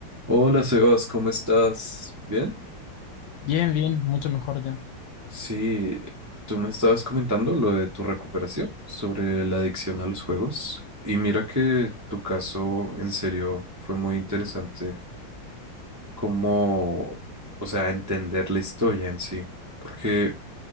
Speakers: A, on the right; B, on the left.
A: Hola Sebas, ¿cómo estás? ¿Bien?
B: Bien, bien, mucho mejor ya.
A: Sí, tú me estabas comentando lo de tu recuperación sobre la adicción a los juegos y mira que tu caso en serio fue muy interesante como, o sea, entender la historia en sí, porque